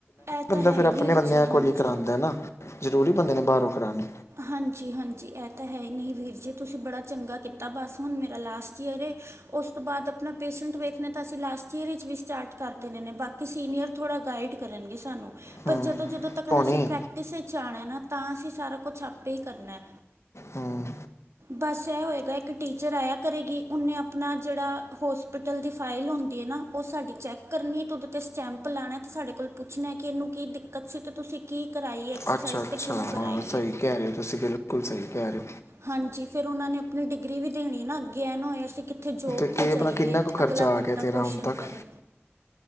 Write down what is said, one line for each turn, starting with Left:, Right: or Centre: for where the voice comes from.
Right: ਇਹ ਤਾਂ
Left: ਬੰਦਾ
Right: ਹੈ
Left: ਫਿਰ
Right: ਹੀ
Left: ਆਪਣੇ
Right: ਵੀਰ
Left: ਬੰਦਿਆਂ
Right: ਜੀ ਹਾਂਜੀ
Left: ਕੋਲ ਕਰਾਉਂਦਾ ਨਾ ਜ਼ਰੂਰੀ ਬੰਦੇ ਨੇ ਬਾਹਰੋਂ ਕਰਾਉਣੀ
Right: ਹਾਂਜੀ ਹਾਂਜੀ ਇਹ ਤਾਂ ਹੈ ਨਹੀਂ ਵੀਰ ਜੀ ਤੁਸੀਂ ਬੜਾ ਚੰਗਾ ਕੀਤਾ ਬਸ ਹੁਣ ਮੇਰਾ ਲਾਸਟ ਈਅਰ ਏ ਉਸ ਤੋਂ ਬਾਅਦ ਆਪਣਾ ਪੇਸ਼ੈਂਟ ਵੇਖਣਾ ਤਾਂ ਅਸੀਂ ਲਾਸਟ ਈਅਰ ਵਿੱਚ ਵੀ ਸਟਾੱਰਟ ਕਰ ਦੇਣੇ ਨੇ ਬਾਕੀ ਸੀਨੀਅਰ ਥੋੜ੍ਹਾ ਗਾਈਡ ਕਰਨਗੇ ਸਾਨੂੰ ਪਰ
Left: ਹੂੰ
Right: ਜਦੋਂ ਜਦੋਂ ਤੱਕ
Left: ਧੋਨੀ
Right: ਅਸੀਂ ਪ੍ਰੈਕਟਿਸ ਵਿੱਚ ਆਉਣਾ ਨਾ ਤਾਂ ਅਸੀਂ ਸਾਰਾ ਕੁੱਛ ਆਪੇ ਹੀ ਕਰਨਾ
Left: ਹੂੰ
Right: ਬਸ ਇਹ ਹੋਏਗਾ ਇੱਕ ਟੀਚਰ ਆਇਆ ਕਰੇਗੀ ਉਹਨੇ ਆਪਣਾ ਜਿਹੜਾ ਹੋਸਪਿਟਲ ਦੀ ਫਾਈਲ ਹੁੰਦੀ ਹੈ ਨਾ ਉਹ ਸਾਡੀ ਚੈੱਕ ਕਰਨੀ ਹੈ ਤੇ ਉਹਦੇ ਤੇ ਸਟੈਂਪ ਲਾਣਾ ਤੇ ਸਾਡੇ ਕੋਲ ਪੁੱਛਣਾ ਕਿ ਇਹਨੂੰ ਕੀ ਦਿੱਕਤ ਸੀ ਤੇ ਤੁਸੀਂ ਕੀ ਕਰਾਈ ਹੈ ਐਕਸਰਸਾਈਜ਼
Left: ਅੱਛਾ ਅੱਛਾ
Right: ਤੇ ਕਿਉਂ ਕਰਾਈ
Left: ਹਾਂ ਸਹੀ ਕਹਿ ਰਹੇ ਹੋ ਤੁਸੀਂ ਬਿਲਕੁਲ ਸਹੀ ਕਰ
Right: ਹਾਂਜੀ ਫਿਰ ਉਹਨਾਂ ਨੇ ਆਪਣੀ ਡਿਗਰੀ ਵੀ ਦੇਣੀ ਨਾ ਅੱਗੇ ਐ ਨਾ ਹੋਏ ਅਸੀਂ ਉੱਥੇ ਜੋਬ
Left: ਕੀ
Right: 'ਤੇ
Left: ਆਪਣਾ
Right: ਜਾਈਏ
Left: ਕਿੰਨਾ ਕੁ ਖਰਚਾ
Right: ਅਗਲਾ
Left: ਆ
Right: ਬੰਦਾ
Left: ਗਿਆ ਤੇਰਾ
Right: ਕੁਸ਼ਚਨ
Left: ਹੁਣ ਤੱਕ
Right: ਕਰੇ